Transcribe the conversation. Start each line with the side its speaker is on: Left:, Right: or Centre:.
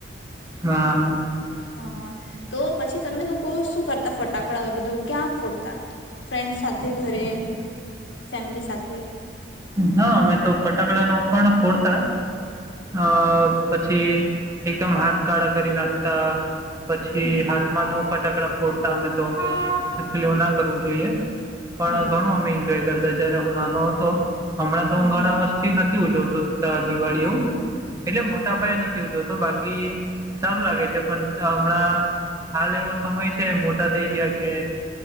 Right: <inaudible>
Left: હ તો પછી તમે લોકો શું કરતા ફટાકડા બધું ક્યાં ફોડતા ફ્રેન્ડ સાથે ઘરે ફેમિલી સાથે
Right: હા અમે તો ફટાકડા ન પણ ફોડતા અ પછી એકદમ હાથ કાળા કરી નાખતા પછી
Left: હમ
Right: હાથમાં
Left: હમ
Right: નવ ફટાકડા ફોડતા અમે તોચ એવું ના કરવું જોઈએ પણ
Left: હા
Right: ઘણું અમે એન્જોય કરતા જય્યારે હ નાનો હતો હમણાં તો
Left: હમ
Right: હું ઘણા
Left: હમ
Right: વર્ષથી નથી ઉજવતો દિવાળી
Left: હા
Right: એવું
Left: હા
Right: એટલે મોટા અાય નથી જોતો બાકી સારું લાગે છે પણ હમણાં હાલ એવો સમય છે મોટા થઈ ગયા કે